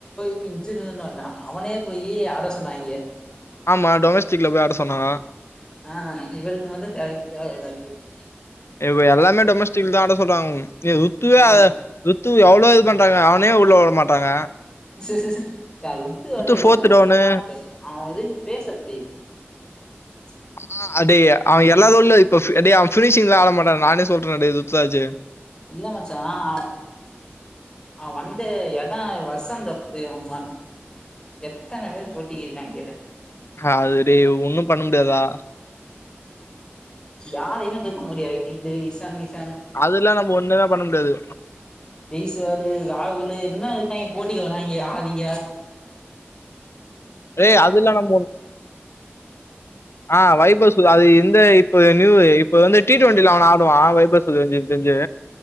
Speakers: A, on the left; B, on the left.
A: <unintelligible> வேண்டா அவனே போய் அரசனாகிய
B: ஆமா டொமஸ்டிக்ல போய் ஆட சொன்னாங்க
A: ஆ இவ்ருக்கு மட்டு <unintelligible>
B: இப்ப எல்லாமே டொமஸ்டிக் தா ஆட சொல்றாங்க <unintelligible>
A: ம்
B: ருத்துவு எவ்வளோ இது பண்றாங்க அவனே உள்ளவுட மாட்டாங்க
A: <unintelligible> ருத்து வந்து
B: ஃபோர்த்
A: கொஞ்ச கஷ்டமான
B: டவுனு
A: ப்ளேஸ்ல அவ இதுக்கு ஃபேஸ்ஸு அப்டி <unintelligible>
B: ஆ அடே அவ எல்லா உள்ள இப்பே டே அவ ஃப்னிஷி தா ஆட மாட்டா நானே சொல்றே டே துத்தராஜு
A: இல்ல மச்சா அவ அவ வந்து எடா வசந்த புரியமன் <unintelligible> எத்தன பேரு போட்டிக்கு இருக்காங்க
B: அது டேய் ஒண்ணு பண்ண முடியாதா
A: யாரையுமே தூக்க முடியாது இந்த எக்ஸாமினேஷ்
B: அதுல்லா நம்ம ஒன்னுனா பண்ண முடியாது
A: டெய்ஸு வேலு ராகுலு இன்னு இருக்காய்ங்க போட்டிக்கி வராய்ங்க ஆதிகா
B: ஏய் அதெல்லா நம்ம
A: <unintelligible>
B: ஆ வைபஸ்ஸு அது இந்த இப்ப நியூவு இப்ப வந்து டி டுவென்ட்டில அவன ஆடுவான் வைபஸு எனக் தெரிஞ்சு